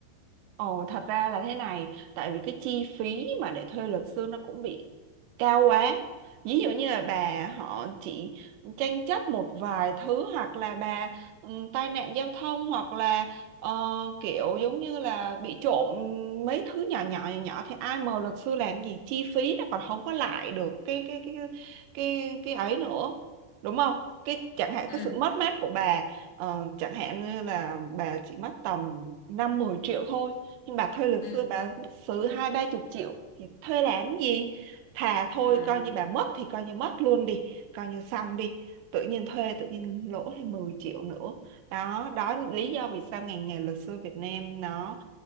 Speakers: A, on the right; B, on the left.
A: Ồ, thật ra là thế này, tại vì cái chi phí mà để thuê luật sư nó cũng bị cao quá. Ví dụ như là bà họ chỉ tranh chấp một vài thứ hoặc là bà ừ, tai nạn giao thông hoặc là ờ, kiểu giống như là bị trộm mấy thứ nhỏ nhỏ nhỏ nhỏ thì ai mời luật sư làm gì chi phí nó còn không có lại được cái cái cái cái cái ấy nữa. Đúng không? Cái chẳng hạn
B: ừ
A: cái sự mất mát của bà ờ, chẳng hạn như là bà chỉ mất tầm 5 10 triệu thôi nhưng bà thuê luật
B: ừ
A: sư bà mất xứ hai ba chục triệu thì thuê làm gì thà thôi
B: Ờ,
A: coi như bà mất thì coi như mất luôn đi coi như xong đi tự nhiên thuê tự nhiên lỗ thêm 10 triệu nữa đó đó là lý do vì sao ngành nghề luật sư Việt Nam nó